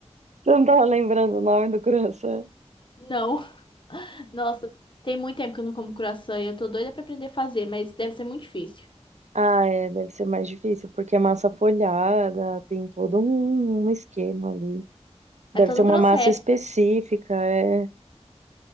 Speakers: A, on the right; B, on the left.
A: Você não tava lembrando o nome do croissant?
B: Não. Nossa, tem muito tempo que eu não como croissant e eu tô doida pra aprender a fazer, mas deve ser muito difícil.
A: Ah, é, deve ser mais difícil, porque é massa folhada, tem todo um, um esquema ali. Deve
B: É todo
A: ser uma
B: um processo.
A: massa específica, é.